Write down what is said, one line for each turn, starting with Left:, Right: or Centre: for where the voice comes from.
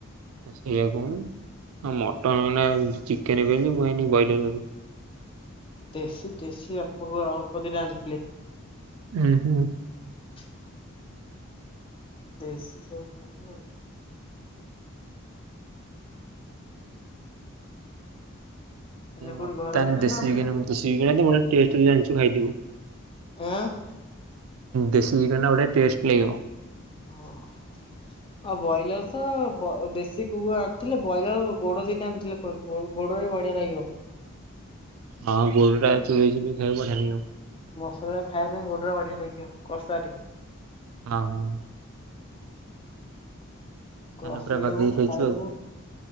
Right: ସେଇଆ କହୁନୁ। ମଟନ ନାଁ ଚିକେନ୍ ବେଲି ମୁଁ ଭାବିନି ବ୍ରଏଲର <unintelligible>
Left: ଦେଶୀ ଦେଶୀ ଆପକୁ ଅଳ୍ପ ଦିଟା ଆଣିଥିଲେ।
Right: ହୁଁ ହୁଁ।
Left: <inaudible> ଦେଶୀ ସହ ଖାଇବେ ଆଉ। ଏଇନା କୋଉଠି
Right: ମକାନ୍
Left: ଘର ଭିତରେ
Right: ଦେଶୀ
Left: ନା ଆଉ
Right: <unintelligible>
Left: କୋଉଠି?
Right: ଟେଷ୍ଟ ରୁ ଜାଣିଚୁ ଖାଇଦିବୁ।
Left: ଆଁ।
Right: ଦେଶୀ ଚିକେନ୍ ଟା ବଢିଆ ଟେଷ୍ଟ୍ ଲାଗିବ।
Left: ହଁ ଆଉ ବ୍ରଏଲର ତ ଦେଶୀ କୁକୁ ଆଣିଥିଲେ ବ୍ରଏଲର ଗୋଡ ଦିଟା ଆଣିଥିଲେ ଗୋଡରେ ବଢିଆ ଲାଗିବ।
Right: ହଁ ଗୋରୁଟା ଚୁବେ ଚୁବେଇ ଖାଇବୁ ବଢିଆଁ ନାଇଁମ।
Left: ମସଲା ଟା ଖାଇବା ପାଇଁ ଗୋଡଟା ବଢିଆ ଲାଗିବ କଷାରେ।
Right: ହଁ ହଁ। ମାନେ
Left: କଷିଦବୁ
Right: ପୁରା ବାଗେଇକି
Left: ଖାଇଦବୁ
Right: ଖାଇଛୁ ଆଉ।